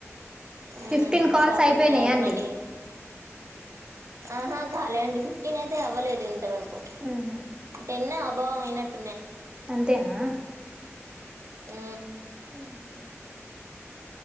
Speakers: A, on the right (about 75°); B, on the right (about 15°).
A: ఉమ్
B: ఫిఫ్టీన్ కాల్స్
A: షాపింగ్
B: అయిపోయినాయా
A: చేయాలి
B: అండి
A: మళ్ళీ ఆహా కాలే అండి ఫిఫ్టీన్ అయితే అవ్వలేదు. ఇంతవరకు
B: ఉహు
A: అన్న అబ్ బాయినట్
B: అంతేనా
A: ఊ
B: సరే